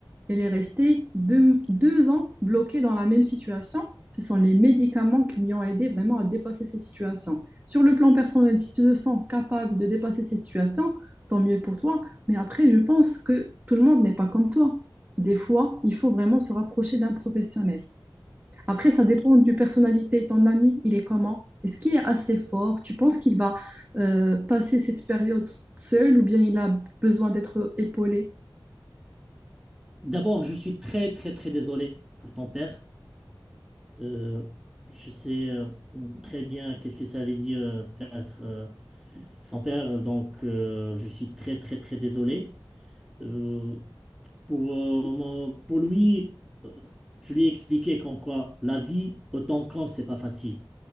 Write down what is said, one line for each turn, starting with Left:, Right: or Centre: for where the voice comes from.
Right: Elle est restée deux, deux ans bloquée dans la même situation. Ce sont les médicaments qui lui ont aidé vraiment à dépasser ces situations. Sur le plan personnel, si tu te sens capable de dépasser ces situations, tant mieux pour toi. Mais après, je pense que tout le monde n'est pas comme toi. Des fois, il faut vraiment se rapprocher d'un professionnel. Après, ça dépend du personnalité. Ton ami, il est comment? Est-ce qu'il est assez fort? Tu penses qu'il va euh, passer cette période seul ou bien il a besoin d'être épaulé?
Centre: D'abord, je suis très, très, très désolé pour ton père. Euh, je sais euh, très bien qu'est-ce que ça veut dire euh, perdre euh, son père. Donc, euh, je suis très, très, très désolé. Euh, Pour, euh, mon- pour lui, euh, je lui ai expliqué qu'en quoi la vie, autant qu'homme, c'est pas facile.